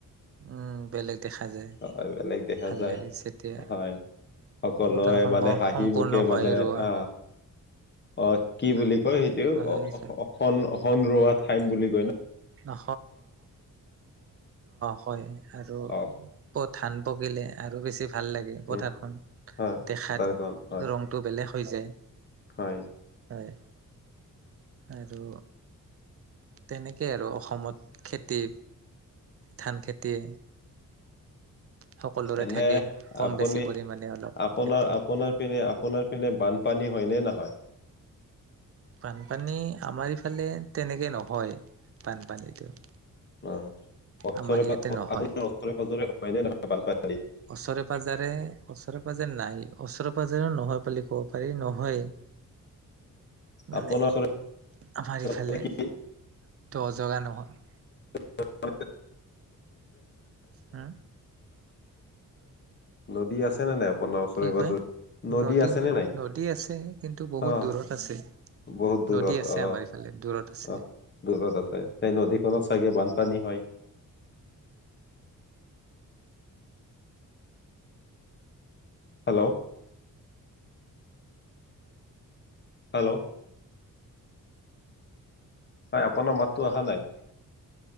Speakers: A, on the right (about 45°); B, on the left (about 30°).
A: উম বেলেগ দেখা যায়
B: হয়, বেলেগ
A: ভাল
B: যায়।
A: লাগে যেতিয়া
B: হয়। সকলোৱে
A: পথাৰখন
B: মানে হাঁহি
A: সম্পূৰ্ণ
B: মুখে
A: হয়
B: মানে
A: ৰোৱা
B: আ অ, কি
A: উম
B: বুলি কয় সেইটো?
A: ভালে হৈছে
B: অখন ৰোৱা টাইম বুলি কয় ন?
A: <unintelligible> অ, হয় আৰু
B: অ
A: আকৌ ধান পকিলে আৰু বেছি ভাল লাগে পথাৰখন
B: উম হয়
A: দেখাত
B: ভোটাৰ কাৰ্ড হয়
A: ৰং। টো বেলেগ হৈ যায়।
B: হয়।
A: হয়, আৰু তেনেকেই আৰু অসমত খেতি, ধান খেতি। সকলোৰে
B: এনে
A: থাকে কম
B: আপুনি,
A: বেছি পৰিমাণে অলপ
B: আপোনাৰ
A: খেতি
B: আপোনাৰ পিনে আপোনাৰ পিনে বানপানী হয় নে নহয়?
A: বানপানী আমাৰ ইফালে তেনেকে নহয়, বানপানীটো।
B: অ, ওচৰে
A: আমাৰ ইয়াতে
B: পাঁজৰে,
A: নহয়
B: আপোনাৰ ওচৰে পাঁজৰে হয়নে নহয় বানপানী?
A: ওচৰে-পাঁজৰে, ওচৰে-পাঁজৰে নাই। ওচৰে- পাঁজৰেও নহয় বুলি ক'ব পাৰি, নহয়েই। মানে?
B: আপোনাৰ ওচৰে
A: আমাৰ ইফালে
B: পাজৰে কি
A: ত অজগা নহয়
B: নি <unintelligible>
A: হম
B: নদী আছেনে নাই আপোনাৰ ওচৰে
A: কি
B: পাজৰে
A: কয় নদী
B: আছেনে
A: ন
B: নাই
A: নদী আছে কিন্তু বহুত
B: অ
A: দূৰত আছে
B: বহুত দূৰত
A: নদী আছে
B: অ
A: আমাৰ ইফালে দূৰত আছে
B: অ দূৰত আছে সেই নদীখনত চাগে বানপানী হয় হেল্ল' হেল্ল' হয় আপোনাৰ মাতটো আহা নাই